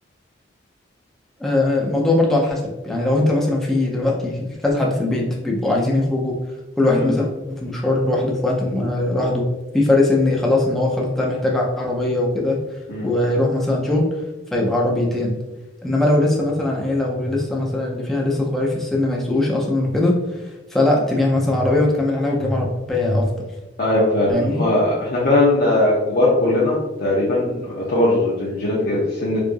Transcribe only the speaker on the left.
امم
امم
ايوه فعلا
هما احنا فعلا آه، كبار كلنا تقريبا يعتبر رينجنا كده في السن